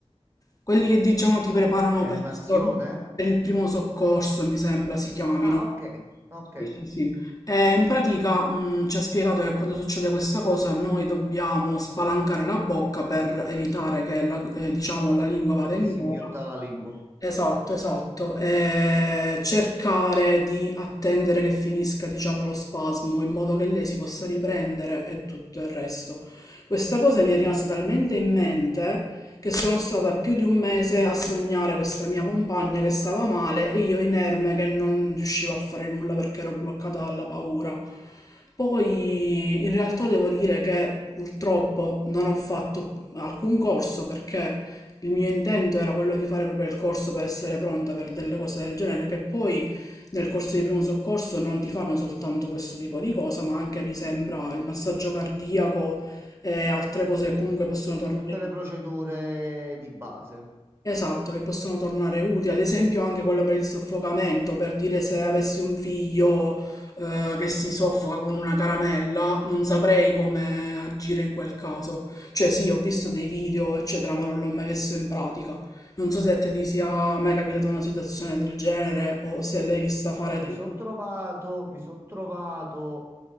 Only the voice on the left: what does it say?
quelli che diciamo ti preparano
per, il so- per il primo soccorso, mi sembra si chiamino.
Sì, sì, sì. E in pratica, mh, ci ha spiegato che quando succede questa cosa noi dobbiamo spalancare la bocca per evitare che la, eh, diciamo, la lingua vada
in
gola.
Esatto, esatto. Eh, cercare di attendere che finisca, diciamo, lo spasmo in modo che lei si possa riprendere e tutto il resto. Questa cosa mi è rimasta talmente in mente che sono stata più di un mese a sognare questa mia compagna che stava male e io inerme che non riuscivo a fare nulla perché ero bloccata dalla paura. Poi in realtà devo dire che purtroppo non ho fatto alcun corso perché il mio intento era quello di fare proprio il corso per essere pronta per delle cose del genere, che poi nel corso di primo soccorso non ti fanno soltanto questo tipo di cosa, ma anche mi sembra il massaggio cardiaco e altre cose che comunque possono
tornare
in
Esatto, che possono tornare utili, ad esempio anche quello per il soffocamento, per dire se avessi un figlio eh, che si soffoca con una caramella, non saprei come agire in quel caso. Cioè sì, ho visto dei video, eccetera, ma non l'ho mai messo in pratica. Non so se a te ti sia mai capitata una situazione del genere o se l'hai vista fare
del...